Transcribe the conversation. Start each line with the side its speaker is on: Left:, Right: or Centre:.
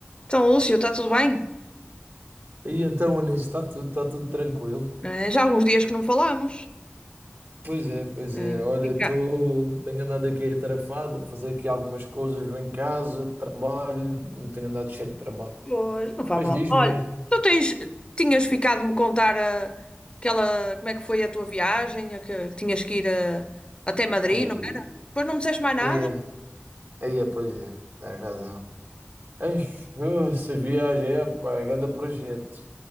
Left: Então, Lúcio, está tudo bem?
Right: E então, Anísio, está tudo, está tudo tranquilo?
Left: Eh, Já há alguns dias que não falámos.
Right: Pois é, pois
Left: Eh,
Right: é. Olha,
Left: fica-
Right: tô, tenho andado aqui atarefado, a fazer aqui algumas coisas em casa, trabalho, não tenho andado cheio de trabalho.
Left: Pois, não faz
Right: Mas
Left: mal.
Right: diz-me,
Left: Olha,
Right: mas diz-me.
Left: tu tens, tinhas ficado de me contar ah, aquela, como é que foi a tua viagem, a que tinhas que ir ah, até Madrid,
Right: Aí,
Left: não era? Depois não me disseste mais nada?
Right: aí, é, aí, é, pois é, tens razão. Ei, uh, essa viagem é, pá, é grande projeto.